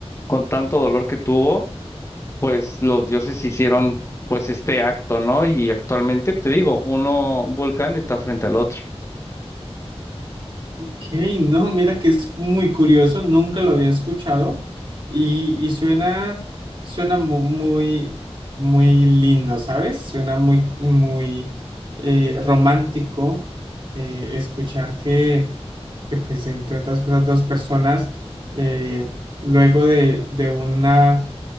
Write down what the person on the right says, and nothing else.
Ey, no, mira que es muy curioso, nunca lo había escuchado y, y suena, suena mu- muy, muy lindo, ¿sabes? Suena muy, muy eh, romántico eh, escuchar que, que, pues, entre otras cosas, dos personas eh, luego de, de una